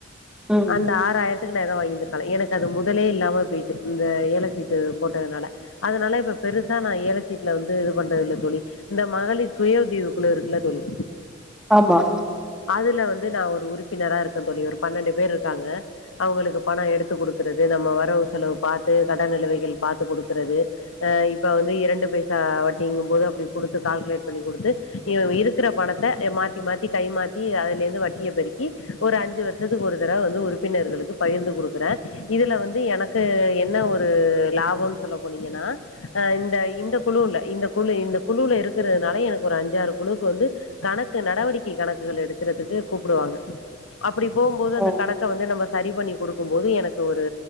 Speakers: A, in the centre; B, on the left (about 75°).
A: ம்
B: அந்த ஆறாயிரத்த பினரா வாங்கி இருந்துருக்கலா எனக்கு அது முதலே இல்லாம போயிட்டு இந்த எலக்கு சீட்டு போட்டதுனால அதுனால இப்ப பெருசா நா ஏழ சீட்ல வந்து இது பண்றது இல்ல தோழி இந்த மகளிர் சுய உதவி குழு இருக்குல்ல தோழி
A: ஆமா
B: அதுல வந்து நா ஒரு உறுப் உறுப்பினரா இருக்கு இல்ல தோழி ஒரு பன்னெண்டு பேர்ருக்காங்க அவுங்களுக்கு பணோ எடுத்துக் குடுக்குறது நம்ம வரவு செலவு பாத்து க தான் நிலுவைகள் பாத்து குடுக்குறது அ இப்ப வந்து இரண்டு பைசா வட்டிங்கும் போது அப்டி குடுத்து கால்குலேட் பண்ணி குடுத்து இருக்குற பணத்த ய மாத்தி மாத்தி கைமாத்தி அதுலேந்து வட்டிய பெருக்கி ஒரு அஞ்சு வருஷத்துக்கு ஒரு தடவ வந்து உறுப்பினர்களுக்கு பகிர்ந்து குடுக்குறே இதுல வந்து எனக்கு என்ன ஒரு ஒரு லாபோன் சொல்லபோனீங்கன்னா அ இந்த இந்த குழுல இந்த குழு இந்த குழுல இருக்கறதுனால எனக்கு ஒரு அஞ்சாறு குழுக்கு வந்து கணக்கு நடவடிக்கை கணக்குகள் எடுக்கறதுக்கு கூப்புடுவாங்க அப்டி போம்போது அந்த
A: ஓ
B: கணக்க வந்து நம்ம சரி பண்ணி குடுக்கும் போது எனக்கு ஒரு